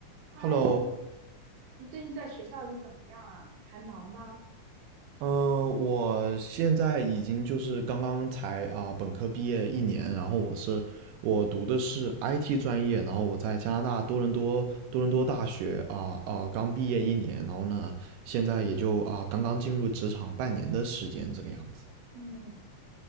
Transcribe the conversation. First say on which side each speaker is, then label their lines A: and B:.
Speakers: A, on the right; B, on the right.
A: 嗨，
B: Hello，
A: 你最近在学校里怎么样啊？还忙吗？
B: 嗯、我现在已经就是刚刚才啊、本科毕业一年，然后我是我读的是 IT 专业，然后我在加拿大多伦多多伦多大学啊啊、刚毕业一年，然后呢现在也就啊、刚刚进入职场半年的时间这个样子。
A: 嗯，